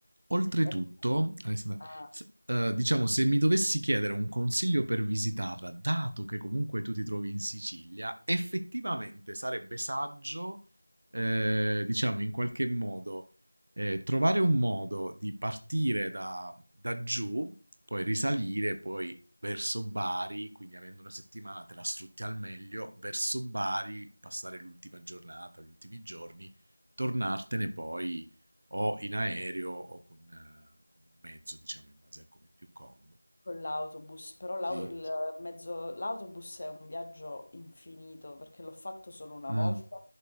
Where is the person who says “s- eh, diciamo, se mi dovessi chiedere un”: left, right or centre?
Right